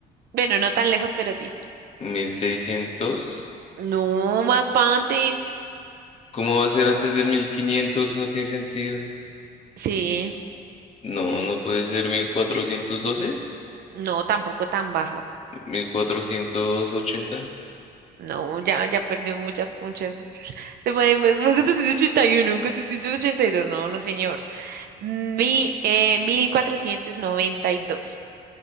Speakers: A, on the right; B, on the left.
A: Bueno, no tan lejos, pero sí.
B: mil seiscientos
A: No, más pa' antes.
B: ¿Cómo va a ser antes del mil quinientos No tiene sentido.
A: Sí,
B: No, no puede ser mil mil cuatrocientos doce
A: no, tampoco tan bajo.
B: mil cuatrocientos ochenta
A: No, ya, ya perdió muchas punchas. Te puede- Me, me, gusta 481, 482, no, no, señor. Mi, eh, mil cuatrocientos noventa y dos.